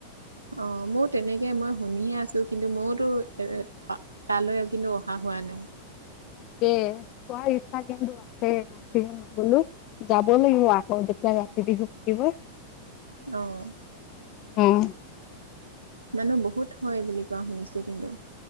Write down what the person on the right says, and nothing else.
অ' মোত। তেনেকে মই শুনি আছো। কিন্তু মইতো এ তালৈ কিন্তু অহা হোৱা নাই।
অ'।
মানুহ বহুত হয় বুলি কোৱা শুনিছোঁ কিন্তু।